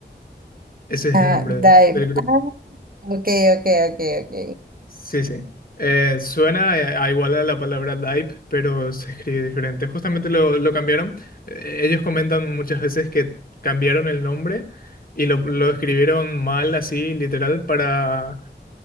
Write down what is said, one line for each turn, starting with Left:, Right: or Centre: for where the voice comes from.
Left: Ese
Right: Ah,
Left: es el nombre
Right: Dive.
Left: del, del grupo.
Right: Ah, ok, ok, ok, ok.
Left: Sí, sí. Eh, suena a, a igual a la palabra DIPE, pero se escribe diferente. Justamente lo, lo cambiaron. Eh, ellos comentan muchas veces que cambiaron el nombre y lo, lo escribieron mal, así, literal, para,